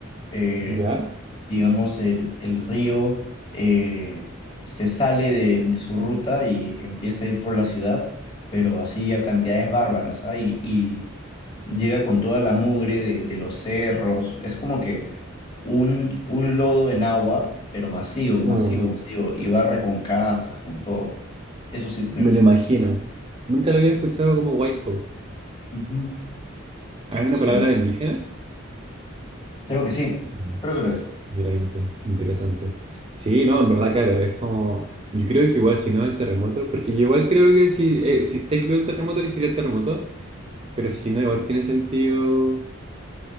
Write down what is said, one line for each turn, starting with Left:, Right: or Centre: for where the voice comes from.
Left: eh,
Right: ¿Ya?
Left: digamos, el, el río eh, se sale de, de su ruta y empieza a ir por la ciudad, pero así a cantidades bárbaras, ¿ah? Y, llega con toda la mugre de, de los cerros. Es como que un, un lodo en agua, pero masivo, masivo,
Right: Mm.
Left: masivo. Y barre con casas, con todo. Eso sí tenemos.
Right: Me lo imagino. Nunca lo había escuchado como huayco.
Left: Ujú,
Right: ¿Ah, ¿Es una
Left: Sí,
Right: palabra indígena?
Left: Creo que sí.
Right: Mm.
Left: creo que lo es.
Right: Mira, inte- interesante. Sí, no, en verdad, claro, es como... Yo creo que igual, si no, el terremoto, porque yo igual creo que si, eh, si está incluido el terremoto, elegiría el terremoto, pero si no, igual tiene sentido